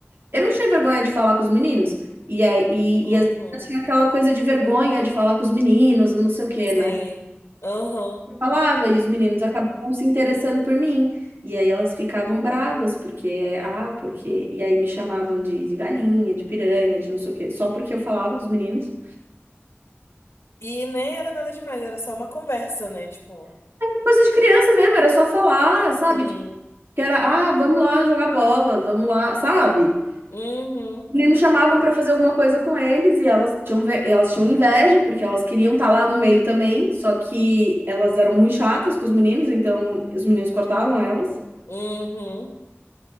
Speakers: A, on the right; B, on the left.
A: Eu não tinha vergonha de falar com os meninos. E aí, e,
B: Uhum.
A: e as meninas tinham aquela coisa de vergonha de falar com os meninos, e não sei o quê,
B: Sei.
A: né?
B: Aham.
A: Eu falava, e os meninos acabavam se interessando por mim. E aí elas ficavam bravas, porque, ah, porque. E aí me chamavam de, de galinha, de piranha, de não sei o quê, só porque eu falava com os meninos.
B: E nem era nada demais, era só uma conversa, né? Tipo,
A: Coisa de criança mesmo, era só falar, sabe?
B: sim.
A: Tipo, Que era, ah, vamos lá jogar bola, vamos lá, sabe?
B: Uhum.
A: E me chamavam para fazer alguma coisa com eles e elas tinham, ve- elas tinham inveja, porque elas queriam estar lá no meio também, só que elas eram muito chatas com os meninos, então os meninos cortavam elas.
B: Uhum.